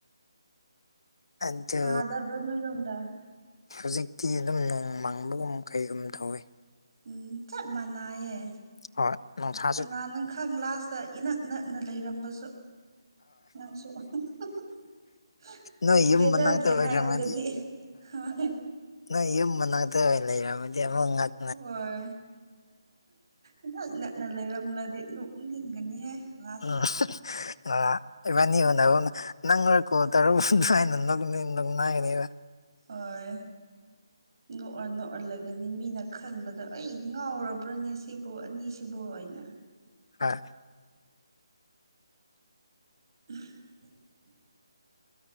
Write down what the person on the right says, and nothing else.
ꯁꯥꯗꯕ꯭ꯔꯥ ꯅꯣꯏꯔꯣꯝꯗ
ꯎꯝ ꯆꯞ ꯃꯅꯥꯏꯌꯦ
ꯀꯅꯥꯅ ꯈꯪ ꯂꯥꯁꯇ ꯏꯅꯛ ꯅꯛꯅ ꯂꯩꯔꯝꯕꯁꯨ ꯅꯪꯁꯨ <unintelligible>
ꯋꯦꯗꯔꯒꯤ
ꯍꯥꯏꯔꯒꯗꯤ ꯍꯣꯏ
ꯍꯣꯏ ꯏꯅꯛ ꯅꯛꯅ ꯂꯩꯔꯝꯂꯗꯤ ꯅꯣꯛꯅꯤꯡꯒꯅꯤꯍꯦ ꯂꯥꯁꯇ
ꯍꯣꯏ
ꯅꯣꯛꯔ ꯅꯣꯛꯔ ꯂꯩꯒꯅꯤ ꯃꯤꯅ ꯈꯟꯕꯗ ꯑꯩ ꯉꯥꯎꯔꯕ꯭ꯔꯅꯦ ꯁꯤꯕꯨ ꯑꯅꯤꯁꯤꯕꯨ ꯑꯣꯏꯅ
<unintelligible>